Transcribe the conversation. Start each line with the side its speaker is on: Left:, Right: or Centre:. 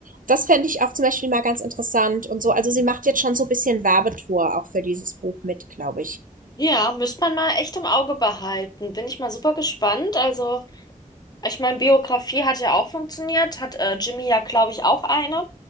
Right: das fände ich auch zum Beispiel mal ganz interessant und so. Also sie macht jetzt schon so ein bisschen Werbetour auch für dieses Buch mit, glaube ich.
Left: Ja, müsste man mal echt im Auge behalten. Bin ich mal super gespannt. Also. Ich meine, Biografie hat ja auch funktioniert, hat äh, Jimmy ja, glaube ich, auch eine.